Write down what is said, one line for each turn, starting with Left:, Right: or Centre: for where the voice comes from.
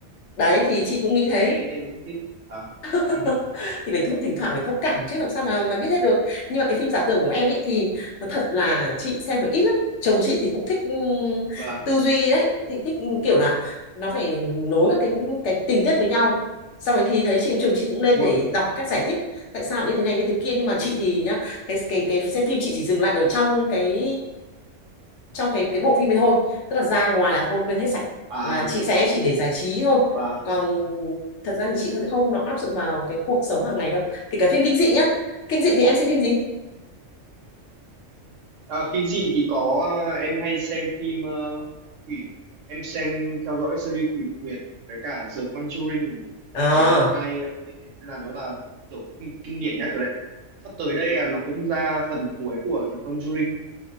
Left: Đấy thì chị cũng nghĩ
Right: Nên
Left: thế
Right: em em không thích à. <laughs>
Left: <laughs> thì phải thông thỉnh thoảng phải thông cảm chứ làm sao mà mà biết hết được nhưng mà cái phim giả tưởng của em ấy thì nói thật là chị xem được ít lắm chồng chị thì cũng thích ừm,
Right: vâng
Left: tư duy đấy thích, thích ừ, kiểu là nó phải nối các cái cái tình tiết với nhau sau đấy thì thấy chị chồng chị cũng lên
Right: đúng
Left: để
Right: rồi
Left: đọc các giải thích tại sao như thế này như thế kia nhưng mà chị thì nhá cái cái cái xem phim chị chỉ dừng lại ở trong cái trong cái cái bộ phim ấy thôi tức là ra ngoài là thôi quên hết sạch
Right: à
Left: là chị sẽ chỉ để giải trí thôi
Right: và
Left: còn thật ra thì chị cũng không nó áp dụng vào cái cuộc sống hàng ngày đâu kể cả phim kinh dị nhá kinh dị thì em xem phim gì
Right: à, phim gì thì có à, em hay xem phim ờ, quỷ em xem theo dõi series quỷ quyệt với cả The Conjuring
Left: à
Right: em thấy là hai ờ, phim đấy là nó là kiểu kinh, kinh điển nhất rồi đấy sắp tới đây là nó cũng ra phần cuối của The Conjuring